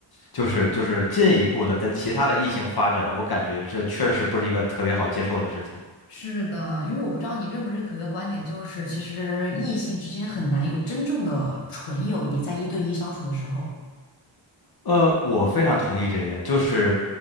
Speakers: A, on the left; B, on the left.
A: 就是就是进一步的跟其他的异性发展，我感觉这确实不是一个特别好接受的事情。
B: 是的，因为我不知道你认不认可一个观点，就是其实异性之间很难有真正的纯友谊，在一对一相处的时候，
A: 呃，我非常同意这一点，就是